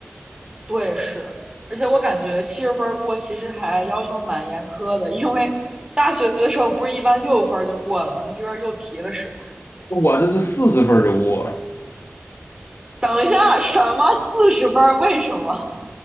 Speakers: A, on the right (about 20°); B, on the left (about 65°).
A: 对，是。而且我感觉七十分过其实还要求蛮严苛的，因为大学的时候不是一般六分就过了吗？他这边又提了十分。
B: 我这是四十分就过了。
A: 等一下，什么四十分？为什么？